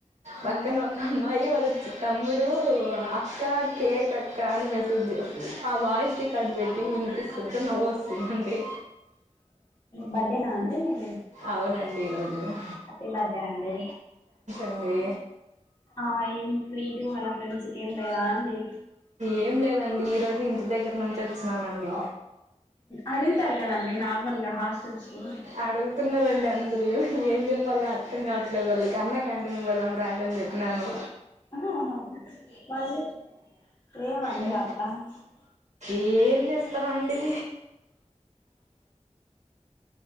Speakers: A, on the right; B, on the left.
A: పక్కన
B: ఆ
A: ఒక అమ్మాయి వాళ్ళుచ్చ తమ్ముడు అక్క కేక్ అక్క అని మెసేజ్ జె ఆ వాయిస్ రికార్డు పెట్టి వినిపిస్తుంటే నవ్వు వస్తుందండి
B: బర్త్డేనా అండి మీది
A: ఉ అవునండి ఈరో య
B: హ్యాపీ బడ్డే అండి
A: అండి
B: ఆ ఏం ట్రీటుూ అళ ఫ్రెండ్స్కి ఏం లేదా అండి.
A: ఏం లేదండి ఈరోజు ఇం దగ్గర నుంచి వచ్చిననండి
B: అడుగుతారు కదండి నార్మల్ గా హాస్టల్స్ లో.
A: అడుగుతున్నారండి అందరు అయ్యో ఏం చెప్పాల అర్థం కావట్లేదు వాళ్ళ అన్నా క్యాంటీన్ కి పోదాం రండి అని చెప్పినాను
B: ఆహా వాళ్ళు ఎమ్మన్లే
A: ఉం.
B: అట్లా ఆ <unintelligible>
A: ఏం చేస్తారండి